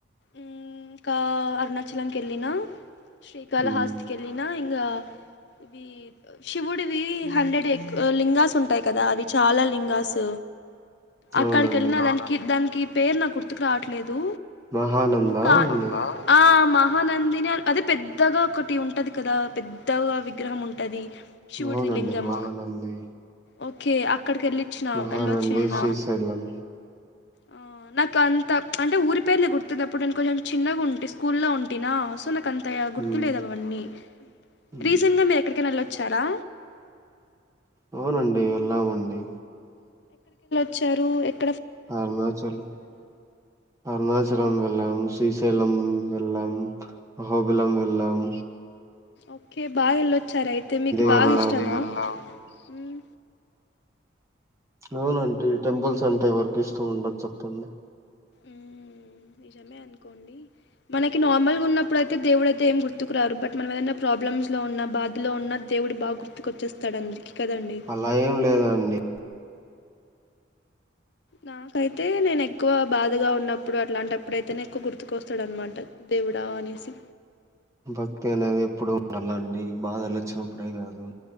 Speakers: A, on the left (about 60°); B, on the right (about 15°).
A: ఇంకా అరుణాచలంకేళ్ళినా శ్రీకాళహస్
B: ఉమ్
A: నా ఇంగా ఇవి శివుడివి హండ్రెడ్ ఎ లింగాస్ ఉంటాయి కదా అవి చాలా లింగాస్ అక్కడికేళ్ళినా
B: అవునండి
A: దానికి దాన్ ఈ పేరు నా గుర్తుకు రాట్లేదు
B: మహానంద
A: కా
B: అండి
A: ఆ మహానందినే అదే పెద్దగా ఒకటి ఉం టది కదా పెద్దగా విగ్రహం ఉంటది శివుడిది
B: అవునండి
A: లింగం
B: మహానంది
A: ఓకే అక్కడికేళ్ళిచ్చినా
B: మహానంది
A: ఏళ్ళోచ్చినం
B: శ్రీశైలం
A: ఆ నాకు అంత అంటే ఊరి పేర్లే గుర్తునప్ అప్పుడు నేను కొంచెం చిన్నగుంటి స్కూల్ల్లో ఉంటినా సో నాకు అం త గుర్తులేదవన్నీ
B: ఉమ్ ఉమ్
A: రీసేంట్ గా మీరు ఎక్ కెనోళ్ళొచ్చారా
B: అవునండి వెళ్ళామండి
A: చ్చరు ఎక్
B: అరుణాచలం, అరుణాచలం వెళ్లం, శ్రీశైలం వెళ్ళం, హోబులం వెళ్ళం.
A: ఓకే బ్ బాగా ఏళ్ళొచ్చారైతే మీకు బాగా
B: వెళ్ళాం
A: ఇష్టమా. మ్మ్
B: అవునంటి. టెంపుల్స్ అంతే ఎవర్కు ఇష్టం ఉండదు చెప్పండి.
A: మ్మ్ నిజమే అనుకోండి. మనకి నార్మల్ గా ఉన్నప్పుడుయితే దేవుడు అయితే ఏం గుర్తుకు రాడు. బట్ మనం ఏదైనా ప్రాబ్లమ్స్ లో ఉన్నా, బాధలో ఉన్నా దేవుడు బాగ్ గుర్తుకోచ్చేస్తాడ్ అందడ్ర్కి కదండి.
B: అలా ఏం లేదండి
A: నాకైతే నేను ఎక్కువ బాధగా ఉన్నప్పుడు. అట్లాంటప్పుడైతేనే ఎక్కువ్ గుర్తుకోస్తాడనమాట దేవుడా అనేసి.
B: భక్తి అనేది ఎప్పుడు ఉండాల అండి. బాధలు వచ్చినప్పుడే గాదు.